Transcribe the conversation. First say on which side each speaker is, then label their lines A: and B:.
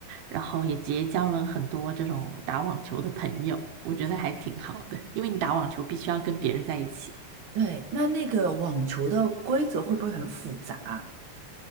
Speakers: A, on the right (about 80°); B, on the right (about 55°).
A: 然后也结交了很多这种打网球的朋友，我觉得还挺好的，因为你打网球必须要跟别人在一起。
B: 对，那那个网球的规则会不会很复杂？